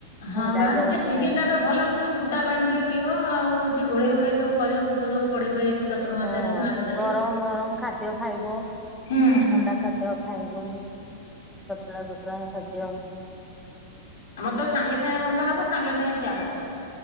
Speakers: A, on the left; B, in the centre.
A: ହଁ
B: ପୁଣି
A: ବା
B: ଡାଇରିଆ ବ୍ୟାପିଲାଣି
A: ଏ ସିଜିନ ଟା ବା ଭଲ ନୁହେଁ। ଫୁଟା ପାଣି ଟିକେ ପିଇବ ଆଉ ଯଏ ଘୋଡ଼େଇ ଘୋଡ଼େଇ ସବୁ କରିବ ପୋକ ଯକୁ ପଡିବେ। ଚତୁର୍ମାସିଆ
B: ହଁ
A: ଦିନ ଆସିଲା
B: ଗରମ
A: ଯେ
B: ଗରମ ଖାଦ୍ୟ ଖାଇବ ଥଣ୍ଡା
A: ହୁଁ
B: ଖା ତ ଖାଇବନି ତତଲା ତତଲା ଖାଦ୍ୟ
A: ଆମର ତ ସାଙ୍ଗେ ସାଙ୍ଗେ ରନ୍ଧା ହେବ ସାଙ୍ଗେ ସାଙ୍ଗେ ଖିଆ ହେବ।